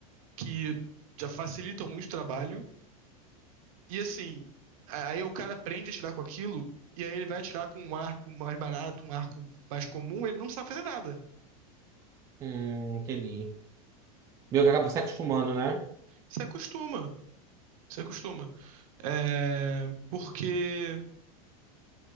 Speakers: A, on the right; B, on the right.
A: que já facilitam muito o trabalho. E assim, aí o cara aprende a tirar com aquilo, e aí ele vai tirar com um arco mais barato, um arco mais comum, ele não sabe fazer nada.
B: Hum, entendi. Meio que acaba se acostumando, né?
A: Se acostuma, se acostuma. É, porque,